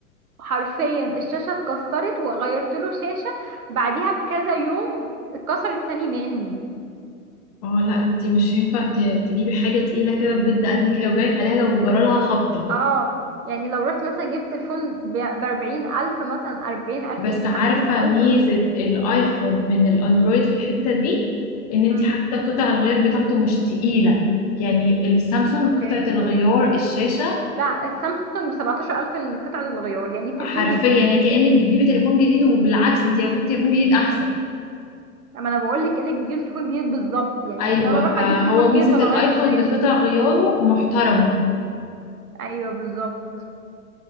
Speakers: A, on the right (about 65°); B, on the left (about 25°).
A: حرفيا الشاشه اتكسرت وغيرت له شاشه بعديها بكذا يوم اتكسرت تاني مني
B: اه لا انت مش هينفع ت- تجيبي حاجه تقيله كده بجد قلبك هيوجعك عليها لو جرالها خبطه
A: اه يعني لو رحت مثلا جبت تليفون بأربعين ألف مثلا أربعين ألف
B: بس
A: ايه بخمسين
B: عارفه
A: ألف
B: ميزه
A: م...
B: الايفون من الاندرويد في الحته دي ان انت
A: مم.
B: حتى قطع الغيار بتاعته مش تقيله يعني السامسونج
A: اوكي
B: قطعه الغيار الشاشه
A: لا السامسونج بسبعتاشر ألف القطعة الغيار يعني تليفون
B: حرفيا
A: جديد
B: يعني كأنك بتجيبي تليفون جديد وبالعكس انت لو جبتي تليفون جديد احسن
A: اما انا بقولك كأنك بتجيب تليفون جديد بالظبط يعني
B: ايوه
A: ان انا اروح
B: فهو
A: اجيب تليفون
B: ميزة
A: جديد ولا
B: الايفون
A: اغير الشاشة
B: ان قطع غياره محترمة
A: ايوه بالظبط